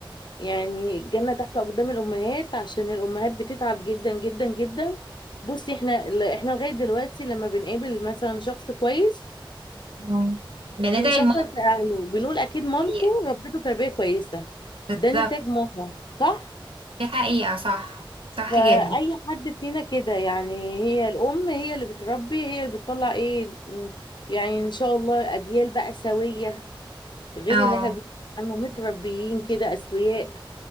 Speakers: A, on the left (about 55°); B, on the right (about 80°).
A: يعني الجنة تحت أقدام الأمهات عشان الأمهات بتتعب جدا جدا جدا بصي احنا ل- احنا لغاية دلوقتي لما بنقابل مثلا شخص كويس
B: مم. بندعي
A: بنشكر
B: الماما
A: في أهله بنقول أكيد مامته
B: حقيقة
A: ربته تربية كويسة
B: بالظبط
A: ده نتاج ماما صح؟
B: دي حقيقة صح صح
A: فأي
B: جدا
A: حد فينا كده يعني هي الأم هي اللي بتربي هي اللي بتطلع إيه يعني إن شاء الله أجيال بقى سوية غير
B: اه
A: اللي احنا بنسمع عنه متربيين كده أسوياء